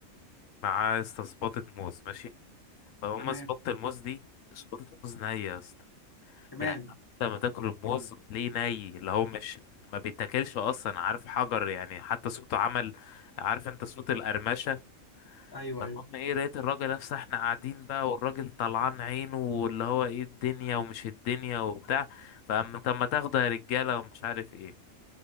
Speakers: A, on the left (about 75°); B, on the left (about 20°).
A: معاه يا اسطى سباطة موز ماشي فهم
B: تمام
A: سباطة الموز دي سباطة موز نية يا اسطى
B: كمان
A: يعني انت لما تاكل الموز ليه ني اللي هو مش ما بيتاكلش اصلا عارف حجر يعني حتى صوته عمل عارف انت صوت القرمشة
B: ايوه
A: فالمهم
B: ايوه
A: ايه لقيت الراجل اصلا احنا قاعدين بقى والراجل طلعان عينه واللي هو ايه الدنيا ومش الدنيا وبتاع فاما طب ما تاخده يا رجاله ومش عارف ايه